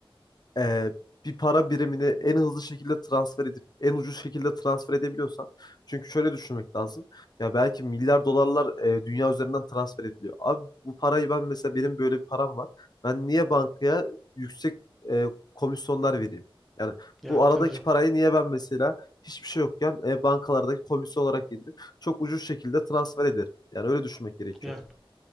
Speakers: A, on the left; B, in the centre.
A: e, bir para birimini en hızlı şekilde transfer edip en ucuz şekilde transfer edebiliyorsan çünkü şöyle düşünmek lazım. Ya belki milyar dolarlar e, dünya üzerinden transfer ediliyor. Abi bu parayı ben mesela benim böyle bir param var. Ben niye bankaya yüksek e, komisyonlar vereyim? Yani
B: Yani
A: bu aradaki
B: tabii canım.
A: parayı niye ben mesela hiçbir şey yokken e, bankalardaki komisyon olarak yedirip çok ucuz şekilde transfer ederim. Yani öyle düşünmek gerekiyor.
B: Yani